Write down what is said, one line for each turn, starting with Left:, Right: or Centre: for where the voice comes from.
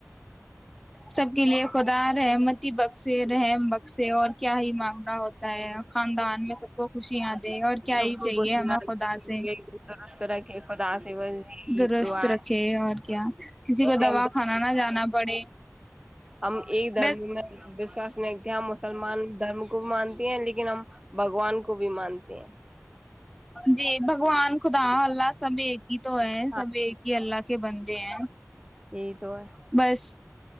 Centre: سب کے لیے خدا رحمتی بخش رحم بخسے اور کیا ہی مانگنا ہوتا خاندان میں سب کو خوشیاں دے اور کیا
Right: سب
Centre: یہ
Right: کو
Centre: چاہیے
Right: درست
Centre: ہمیں خدا سے
Right: رکھے خدا سے بس یہی
Centre: درست
Right: دعا
Centre: رکھے اور کیا کسی
Right: ویسے
Centre: کو دوا کھانا نہ جانا پڑے
Right: ہم ایک دھرم
Centre: بس
Right: میں وشواس نہیںتے ہم اس سلمان دھرم کو مانتے ہیں لیکن لیکن ہم بگوان کو بھی مانتے ہیں
Centre: جی بگوان دکھداں حلہ سمے کی <unintelligible> تو ہے
Right: ہاں
Centre: سب ایک ہی اللہ کے بندے ہیں
Right: یہی تو ہے
Centre: بس